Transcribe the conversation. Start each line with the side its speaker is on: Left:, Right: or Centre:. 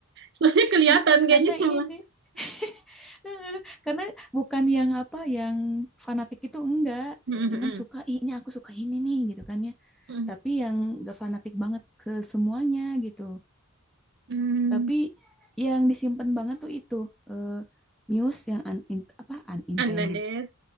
Right: soalnya kelihatan
Centre: <laughs>
Right: kayaknya
Centre: karena
Right: semua
Centre: ini <laughs> karena bukan yang apa yang fanatik itu enggak
Right: hmm
Centre: cuman
Right: hmm
Centre: suka "Ih, ini aku suka ini nih gitu kan ya
Right: hmm
Centre: tapi yang gak fanatik banget ke semuanya gitu
Right: Mm, mm.
Centre: tapi yang disimpan banget tuh itu eh, news yang un, in- apa unintended
Right: And then there.